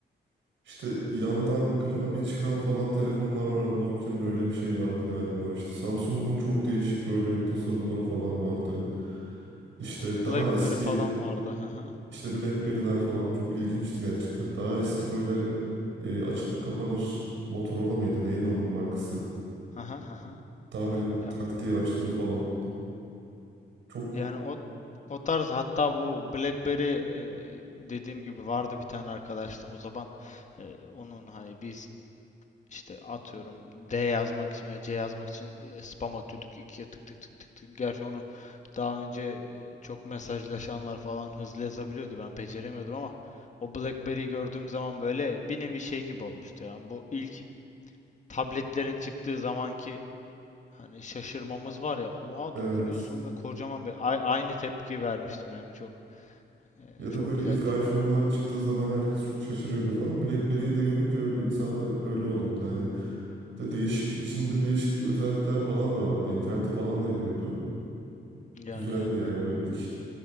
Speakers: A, on the right (about 85°); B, on the left (about 40°).
A: İşte yandan klavye çıkan falan telefonlar vardı. Nokia'nın öyle bir şey vardı galiba. İşte Samsung'un çok değişik böyle tasarımları falan vardı. İşte
B: Blackberry
A: daha eski
B: falan vardı. Hı hı.
A: işte BlackBerry'ler falan çok ilginçti gerçekten. Daha eski böyle e, açılıp kapanır Motorola mıydı? Neydi onun markası?
B: Hı hı hı hı.
A: Daha böyle
B: Ya
A: tak diye açılır falan. Çok
B: yani o o tarz hatta bu BlackBerry e, dediğim gibi vardı bir tane arkadaşta o zaman e, onun hani biz işte atıyorum D yazmak için ve C yazmak için e, spam atıyorduk ikiye tık tık tık tık tık. Gerçi onu daha önce e, çok mesajlaşanlar falan hızlı yazabiliyordu ben beceremiyordum ama o BlackBerry'yi gördüğüm zaman böyle bir nevi şey gibi olmuştu ya. Bu ilk tabletlerin çıktığı zamanki Hani şaşırmamız var ya. Oha
A: evet.
B: dokunuyorsun ve kocaman bir ay- aynı tepki vermiştim yani çok e,
A: Ya
B: çok
A: da böyle
B: güzeldi.
A: ilk iPhone'lar çıktığı zaman herkes çok şaşırıyordu falan. BlackBerry'yi de görünce insanlar öyle oluyordu. Hani De değişik içinde değişik özellikler falan da vardı. İnternete falan da giriyordu.
B: Yani
A: Güzeldi
B: yani.
A: yani böyle ilk.